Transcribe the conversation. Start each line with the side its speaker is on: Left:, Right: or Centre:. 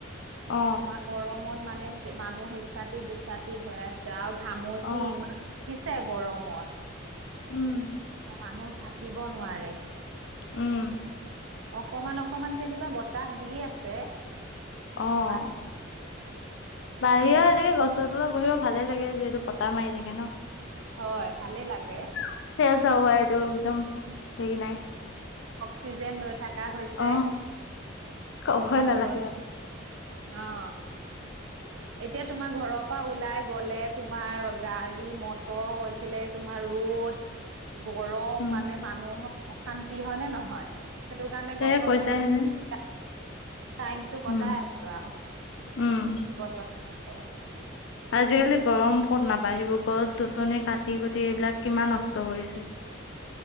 Left: অ
Right: তোমাক গৰমত, মানে মানুহ ইছাটি -বিচাতি হৈ আছে আৰু ঘামচি,
Left: অ
Right: ইমান উঠি হে গৰমত,
Left: উম
Right: মানুহ থাকিব নোৱাৰে।
Left: উম
Right: অকমান অকমান যেনিবা বতাহ দি আছে।
Left: অ
Right: বা
Left: বাহিৰৰ এনেকে গছ তলা বহিব ভালে লাগে যিহেতু পতা মাৰি থাকে ন।
Right: হয় ভালে লাগে
Left: সে আছা হাইটো একদম সেৰি নাই।
Right: অক্সিজেন লৈ থাক। কা হৈছে
Left: অ ক'বই
Right: গছৰ,
Left: নালাগে
Right: তলত
Left: আৰু
Right: অ এতিয়া তোমাৰ ঘৰৰ পৰা ওলাই গ'লে তোমাৰ গাড়ী মটৰ হৈ ইপেলে তোমাৰ ৰ'দ গৰম
Left: উম
Right: মানে মানুহৰ অশান্তি হয় নে নহয়। সেইটো কাৰণে গছৰ
Left: এ কৈছেহে
Right: তলত বহি
Left: যে
Right: টাইম টো
Left: উম
Right: কটাই আছো। আৰু
Left: উম
Right: চায় <unintelligible>
Left: আজিকালি গৰম ক'ত নাপাঢ়িব গছ গছনি কাটি কুটি এইবিলাক কিমান নষ্ট কৰিছে।
Right: <inaudible>